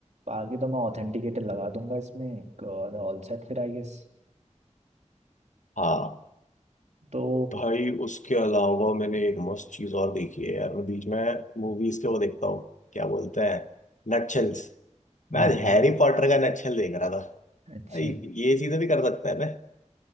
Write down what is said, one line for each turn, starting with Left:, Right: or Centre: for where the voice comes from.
Right: बाकी तो मैं ऑथेंटिकेटर लगा दूंगा इसमें एक और ऑल सेट फिर आई गेस
Left: हाँ
Right: तो
Left: भाई उसके अलावा मैंने एक मस्त चीज और देखी है यार मैं बीच में मूवीज के वो देखता हूँ क्या बोलते हैं नटशेल्स मैं
Right: हम्म
Left: आज हैरी पॉटर का नटशेल देख रहा था
Right: अच्छा
Left: भाई ये चीजें भी कर सकते हैं ना